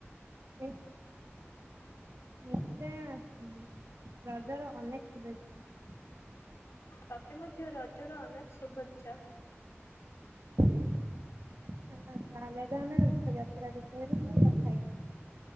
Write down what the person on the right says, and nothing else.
<unintelligible> ନିଶ୍ଚୟ ଆସିବୁ ରଜର ଅନେକ ଶୁଭେଚ୍ଛା।
ସାଙ୍ଗ ତାହେଲେ ଏବେ ଆମେ ରଥଯାତ୍ରା ବିଷୟରେ ଟିକେ କ